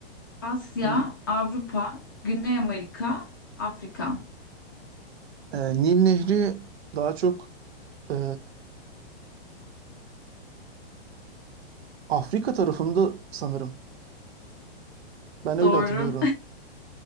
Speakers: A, on the left; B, on the right.
A: Asya,
B: Hmm,
A: Avrupa, Güney Amerika, Afrika.
B: e, Nil Nehri daha çok e, Afrika tarafında sanırım. Ben öyle
A: Doğru.
B: hatırlıyorum.